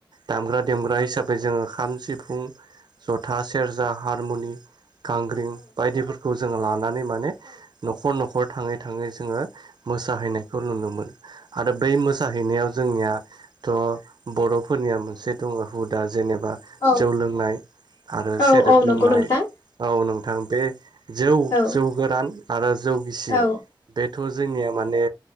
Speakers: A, on the right; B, on the left.
A: दामग्रा देग्रा हिसाबै जोङो खाम सिफुं जथा सेरजा हारमुनि गांग्रिं बायदिफोर खौ जोङो लानानै माने न'खर न'खर थाङै थाङै जोङो मोसाहैनायखौ नुनो मोन आरो बै मोसाहैनायाव जोंनियाथ' बर' फोरनिया मोनसे दङ हुदा जेनेबा
B: औ
A: जौ लोंनाय आरो सेरेब
B: औ औ नंगौ
A: लोंनाय
B: नोंथां
A: औ नोंथां बे जौ
B: औ
A: जौ गोरान आरो जौगिसि
B: औ
A: बेथ' जोंनिया माने